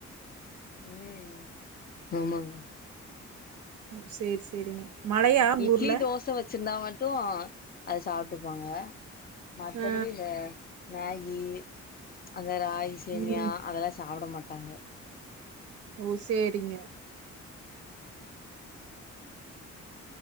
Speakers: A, on the left; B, on the right.
A: ம் ஆமாங்க
B: ஒ சேரி சேரிங்க மழையா உங்க
A: இட்லி
B: ஊர்ல
A: தோச வச்சிருந்தாவாட் ட்டும் அத சாப்ட்டுருப்பாங்க மத்தபடி
B: ஆ
A: இந்த மேகி அந்த ராகி சேமியா
B: ம்
A: அதெல்லா சாப்ட மாட்டாங்க
B: ஓ சேரிங்க
A: ஆ